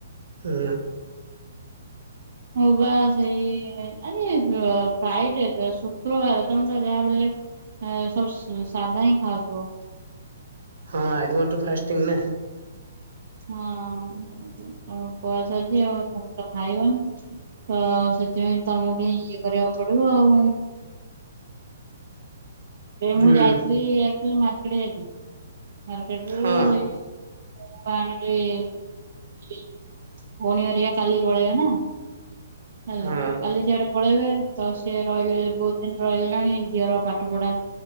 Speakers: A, on the right; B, on the right.
A: ହୁଁ।
B: ମୁଁ ବା ସେଇ ଆଜି ଫ୍ରାଇଡେ ତ ସୁକୁ ଶୁକ୍ରବାର ତମେତ ଯାହାବିହେଲେ ଅ ସବୁ ସାଧା ହିଁ ଖାଉଥିବ?
A: ହଁ ଆଜି ମୋରତ ଫାଷ୍ଟିଂ ନା।
B: ହଁ ତମ ଉପବାସ ଅଛି ଆଉ ତମେ ତ ଖାଇବନି। ତ ସେଥିପାଇଁ ତମକୁ ଇଏ କରିବାକୁ ପଡ଼ିବ ଆଉ। ଏ ମୁଁ
A: ହୁଁ
B: ଯାଇଥିଲି ଆକ୍ଚୁଲି ମାର୍କେଟ ଯାଇଥିଲି ମାର୍କେଟ ରୁ
A: ହଁ
B: ମୁଁ ଆଣିଲି ଘି ଭଉଣୀ ହରିଆ କାଲି ପଳେଇବା ନା ହେଲା
A: ହଁ
B: କାଲି ସେଆଡ଼େ ପଳେଇବେ ତ ସିଏ ରହିଲେ ବହୁତ୍ ଦିନି ରହିଗଲାଣି ଝିଅର ପାଠ ପଢା